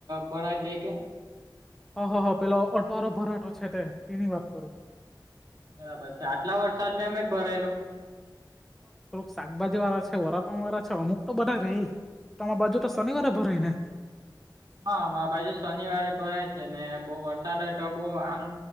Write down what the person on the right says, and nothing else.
ભરાય તે કે?
બરાબર છે, આટલા વરસાદ મેં અમે ભરાયેલો?
હામા બાજુ શનિવારે ભરાય છે ને, બહુ વરસાદ હોય તો, બહુ આમ